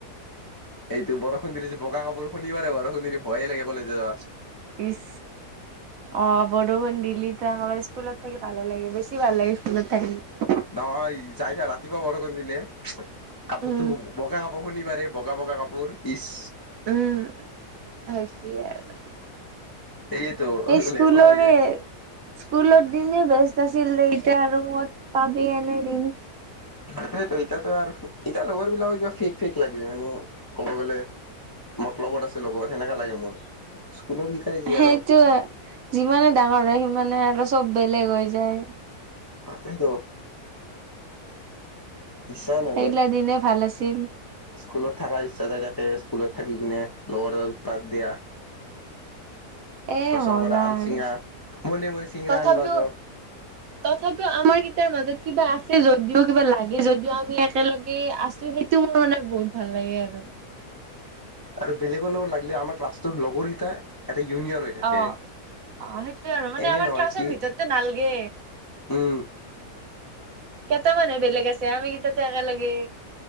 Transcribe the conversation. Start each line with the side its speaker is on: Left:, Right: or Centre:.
Left: এইটো বৰষুণ ধৰি যে বগা কাপোৰ শুনিবাৰে বৰষুণ ধৰি ভয়ে লাগে কলেজে যা?
Right: ইছ অ- বৰষুণ দিলি ত কাবাৰ স্কুলত থাকি ভাল লাগে বেচি ভাল লাগে স্কুলত থাকি।
Left: নহয় যাই থা ৰাতিপুৱা বৰষুণ দিলে কাপোৰতো
Right: উম।
Left: বগা কাপোৰ শুনিবাৰে বগা বগা কাপোৰ ইচ?
Right: উম হৈছে আৰু
Left: সেয়েতো
Right: এই স্কুলৰে
Left: লেতেৰা হৈ যায়
Right: স্কুলৰ দিনে বেছ ছিল দেতিয়া আৰু মত পাবি এনেদিন
Left: সেইটোটো ইতাতো আৰু ইতাৰ লগৰ বিলাকও কিবা ফেক ফেক লাগে মানে ক'ব গলে মতলবত আছে। লগত সেনেকা লাগে মোৰ। স্কুলৰ কেইটাই যি
Right: সেইটো
Left: আৰু
Right: যিমানে ডাঙৰ হয় সিমানে আৰু চব বেলেগ হৈ যায়।
Left: তাকেটো ইচ্ছা নাযায়।
Right: সেইগিলা দিনে ভাল আছিল
Left: স্কুলত থকাৰ ইচ্ছা যায় থা সে স্কুলত থাকি কিনে লগৰ এগাল পাদ দিয়া
Right: এ
Left: গছৰ
Right: মজা
Left: পৰা আম
Right: আৰু।
Left: চিঙা মনে মনে চিঙৰা
Right: তথাপিও
Left: আনবা যোৱা
Right: তথাপিও আমাৰ কেইটাৰ মাজত কিবা আছে যদি যদিও কিবা লাগে যদিও আমি একেলগে আছো সেইটো মোৰ মানে বহুত ভাল লাগে আৰু।
Left: আৰু বেলেগৰ লগত লাগিলে আমাৰ ক্লাছটোৰ লগৰকেইটা এটা ইউনিয়ন হৈ থাকে
Right: অ অ সেইটোৱে আৰু। মানে
Left: এনে
Right: আমাৰ
Left: নহয়
Right: ক্লাছৰ
Left: কি
Right: ভিতৰততে নালগে।
Left: উম
Right: কেইটা মানহে বেলেগ আছে আমি কেইটাতো একেলগে।